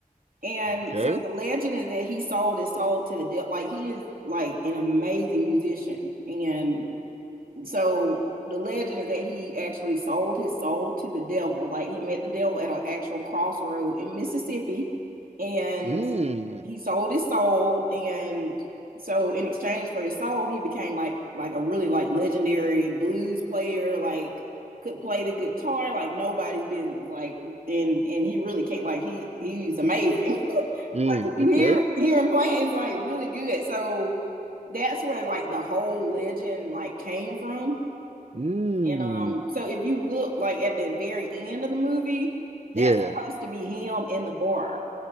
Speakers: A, on the right; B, on the right.
A: And
B: Okay.
A: so the legend is that he sold his soul to the devil. Like he is like an amazing musician, and so the legend is that he actually sold his soul to the devil. Like he met the devil at an actual crossroad in Mississippi, and
B: Mm.
A: he sold his soul. And so in exchange for his soul, he became like like a really like legendary blues player. Like could play the guitar like nobody's business. Like and and he really can't. Like he he's amazing. <laughs>
B: Mm.
A: like if you
B: Okay.
A: hear hear him playing, it's like really good. So that's where like the whole legend like came from
B: Mm.
A: and um, so if you look like at the very end of the movie, that's
B: Yeah.
A: supposed to be him in the bar.